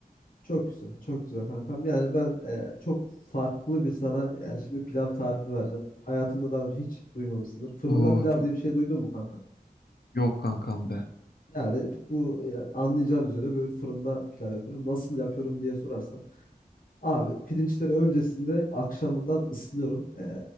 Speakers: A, on the left (about 60°); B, on the left (about 85°).
A: Çok güzel, çok güzel kankam. Yani ben e, çok farklı bir sana yani şimdi pilav tarifi vereceğim. Hayatımda daha önce hiç duymamışsındır. Fırında
B: Oo
A: pilav
B: çok
A: diye bir şey duydun mu kanka?
B: yok kankam be.
A: Yani bu e, anlayacağın üzere böyle fırında pilav yapıyorum. Nasıl yapıyorum diye sorarsan Abi pirinçleri öncesinde akşamından ıslıyorum. Ee,